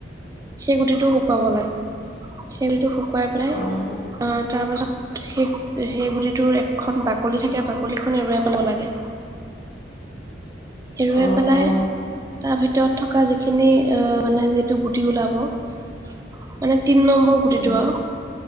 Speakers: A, on the right (about 20°); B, on the left (about 70°).
A: সেই গুটিটো শুকুৱাবলৈাগ সেইবতোু খুৱাই পেলাই
B: অ',
A: তাৰ পাছত সেই সেই গুটিটোৰ এখন বাকলি থাকে বাকলিখন এৰুাই পাব লাগে এৰুৱাই
B: আহ
A: পেলাই
B: আহ!
A: তাৰ ভিতৰত থকা যিখিনি অ মানে যিটো গুটি ওলাব মানে তিনি নম্বৰ গুটিটোৱা
B: উম,